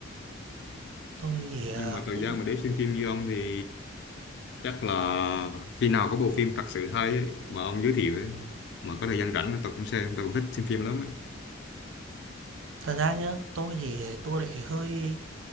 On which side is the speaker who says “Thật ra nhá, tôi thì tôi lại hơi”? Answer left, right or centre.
Right